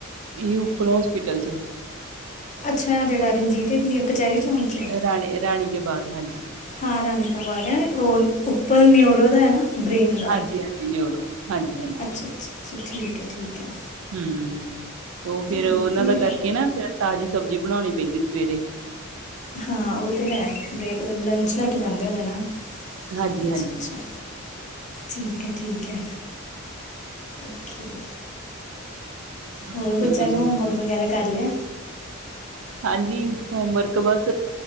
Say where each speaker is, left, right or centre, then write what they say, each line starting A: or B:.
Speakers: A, on the right (about 65°); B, on the left (about 35°).
A: ਇਹੋ ਓਪਲ ਹੋਸਪਿਟਲ ਚ
B: ਅੱਛਾ ਜਿਹੜਾ ਰਣਜੀਤ ਵੀ ਕਚਹਿਰੀ ਚੌਂਕ ਚ ਹੈ।
A: ਰਾਣੇ ਰਾਣੀ ਕੇ ਬਾਗ ਹਾਂਜੀ।
B: ਹਾਂ ਰਾਣੀ ਕਾ ਬਾਾਗ ਹੈ ਉਹ ਉੱਪਲ ਨੀ ਉਰੋ ਦਾ ਨਾ ਬ੍ਰੇਨ
A: ਹਾਂਜੀ-ਹਾਂਜੀ ਨਿਊਰੋ ਹਾਂਜੀ-ਹਾਂਜੀ।
B: ਅੱਛਾ-ਅੱਛਾ-ਅੱਛਾ, ਠੀਕ ਹੈ-ਠੀਕ ਹੈ।
A: ਹੂੰ ਉਹ ਫੇਿਰ
B: ਰੋ-
A: ਉਹਨਾਂ ਦਾ ਕਰਕੇ ਨਾ ਫਿਰ ਤਾਜ਼ੀ ਸਬਜ਼ੀ ਬਣਾਉਣੀ ਪੈਂਦੀ ਸਵੇਰੇ।
B: ਹਾਂ ਉਹ ਤੇ ਹੈ ਬ ਲੰਚ ਲੈ ਕੇ ਜਾਂਦੇ ਹੋਣੇ ਨਾ।
A: ਹਾਂਜੀ-ਹਾਂਜੀ।
B: ਅੱਛਾ ਅੱਛਾ ਠੀਕ ਹੈ-ਠੀਕ ਹੈ ਓਕੇ। ਹੋਰ
A: ਦੱਸੋ
B: ਬੱਚਿਆਂ
A: ਤੁਸੀਂ
B: ਨੇ ਹੋਮਵਰਕ ਵਗੈਰਾ ਕਰ ਲਿਆ।
A: ਹਾਂਜੀ ਹੋਮਵਰਕ ਬਸ